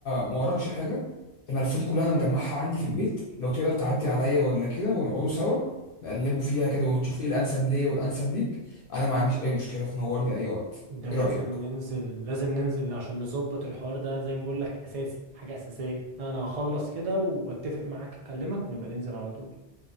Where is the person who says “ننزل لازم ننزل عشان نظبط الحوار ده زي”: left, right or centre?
Right